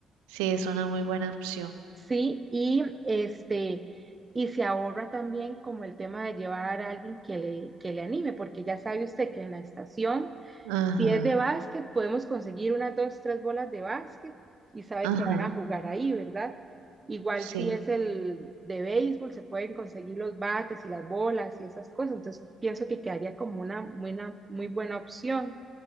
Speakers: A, on the right (about 75°); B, on the right (about 25°).
A: Sí, es una muy buena opción.
B: Sí, y este, y se ahorra también como el tema de llevar a alguien que le, que le anime, porque ya sabe usted que en la estación,
A: Ajá,
B: si es de básquet, podemos conseguir unas dos, tres bolas de básquet y sabe
A: ajá,
B: que van a jugar ahí, ¿verdad? Igual
A: sí,
B: si es el de béisbol, se pueden conseguir los bates y las bolas y esas cosas. Entonces, pienso que quedaría como una, buena- muy buena opción.